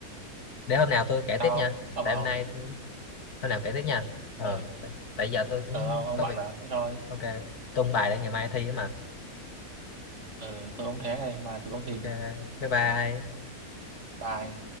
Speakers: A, on the left (about 75°); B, on the right (about 50°).
A: để hôm nào tôi kể
B: tao
A: tiếp nha
B: ông
A: tại
B: bảo
A: hôm nay
B: à
A: ừ, hôm nào kể tiếp nha ờ
B: ờ
A: tại, tại giờ tôi cũng
B: ờ ông, ông
A: có
B: bạn
A: việc
B: à thế thôi
A: ok tung bài để ngày mai thi á mà
B: ờ tôi cũng thế này mà tôi cũng thì
A: ok bye bye
B: bà